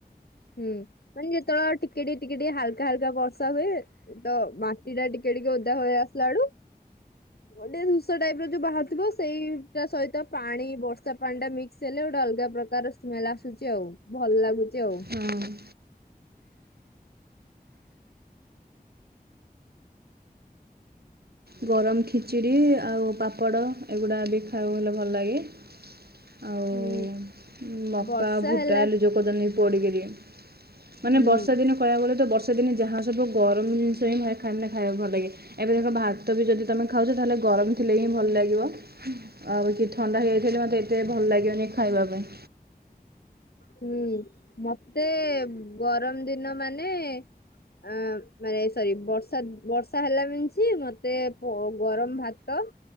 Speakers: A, on the left (about 80°); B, on the right (about 80°).
A: ହୁଁ ମାନେ ଯେତେବଳେ ଆଉ ଟିକେ ଟିକେ ଟିକେ ଟିକେ ହାଲକା ହାଲକା ବର୍ଷା ହୁଏ। ତ ମାଟି ଟା ଟିକେ ଟିକେ ଓଦା ହୋଇ ଆସିଲା ବଳୁ। ଗୋଟେ ଜିନଷ ଟାଇପ ର ଯୋଉ ବାହାରୁଥିବ ସେଇଟା ସହିତ ପାଣି ବର୍ଷା ପାଣିଟା ମିକ୍ସ ହେଲେ ଗୋଟେ ଅଲଗା ପ୍ରକାର। ସ୍ମେଲ ଆସୁଚି ଆଉ ଭଲ ଲାଗୁଚି ଆଉ।
B: ହଁ ଗରମ ଖିଚୁଡ଼ି ଆଉ ପାପଡ଼ ଏଗୁଡ଼ା ବି ଖାଇବାକୁ ହେଲେ ଭଲ ଲାଗେ। ଆଉ
A: ହୁଁ
B: ମକା
A: ବର୍ଷା
B: ଭୁଟାଲୁ
A: ହେଲା
B: ଯୋଉ କହୁଚନ୍ତି। <unintelligible> ମାନେ
A: ହୁଁ
B: ବର୍ଷା ଦିନ। କହିବାକୁ ଗଲେ ତ ବର୍ଷା ଦିନେ ଯାହା ସବୁ ଗରମ ଜିନଷ ହିଁ ଭା ଖା ମାନେ ଖାଇବାକୁ ଭଲ ଲାଗେ ଏବେ ଦେଖ ଭା ତ ବି ଯଦି ତମେ ଖାଉଛ ତାହେଲେ ଗରମ ଥିଲେ ହିଁ ଭଲ ଲାଗିବ। ଆଉ କି ଥଣ୍ଡା ହେଇଯାଇଥିଲେ ମତେ ଏତେ ଭଲ ଲାଗେନି ଖାଇବା ପାଇଁ।
A: ହୁଁ ମତେ ଗରମ ଦିନ ମାନେ। ଅଁ ମାନେ ସରି ବର୍ଷା ବର୍ଷା ହେଲା ମିନ୍ସ ମତେ କ ଗରମ ଭାତ।